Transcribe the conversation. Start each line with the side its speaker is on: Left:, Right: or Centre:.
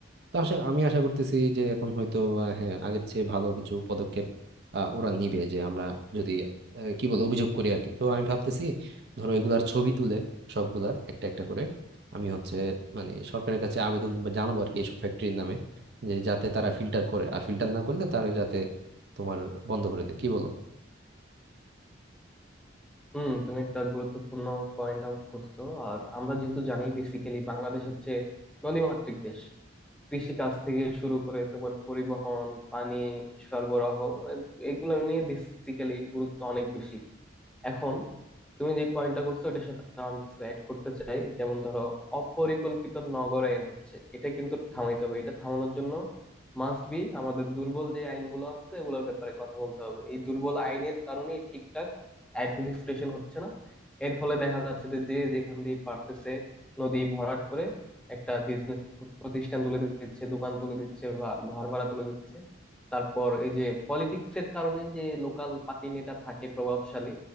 Right: তো আসে আমি আশা করতেছি যে এখন হয়তো আহ, হ্যাঁ আগের চেয়ে ভালো কিছু পদক্ষেপ আহ, ওরা নিবে যে আমরা যদি আহ, কি বল অভিযোগ করি আর কি তো আমি ভাবতেছি ধরো এগুলার ছবি তুলে সবগুলার একটা একটা করে আমি হচ্ছে মানে সরকারের কাছে আবেদন বা জানাবো আর কি এসব ফ্যাক্টরির নামে যে যাতে তারা ফিল্টার করে আর ফিল্টার না করলে তারা যাতে তোমার বন্ধ করে দেয় কি বলো
Centre: হুম তুমি একটা গুরুত্বপূর্ণ পয়েন্ট আউট করছো আর আমরা যেহেতু জানি বেসিক্যালি বাংলাদেশ হচ্ছে নদীমাতৃক দেশ কৃষিকাজ থেকে শুরু করে তোমার পরিবহন পানি সরবরাহ এ- এগুলো নিয়ে বেসিক্যালি গুরুত্ব অনেক বেশি এখন তুমি যে পয়েন্টটা করছো এটার সাথে আরো আমি কিছু অ্যাড করতে চাই যেমন ধরো অপরিকল্পিত নগরায়ন হচ্ছে এটা কিন্তু থামাইতে হবে এটা থামানোর জন্য মাস্ট বি আমাদের দুর্বল যে আইনগুলো আছে এগুলোর ব্যাপারে কথা বলতে হবে এই দুর্বল আইনের কারণেই ঠিকঠাক অ্যাডমিনিস্ট্রেশন হচ্ছে না এর ফলে দেখা যাচ্ছে যে যে যেখান দিয়ে পারতেছে নদী ভরাট করে একটা বিজনেস প্রতিষ্ঠান তুলে দিচ্ছে দোকান তুলে দিচ্ছে বা ঘর ভাড়া তুলে দিচ্ছে তারপর এই যে পলিটিক্সের কারণে যে লোকাল পাতি নেতা থাকে প্রভাবশালী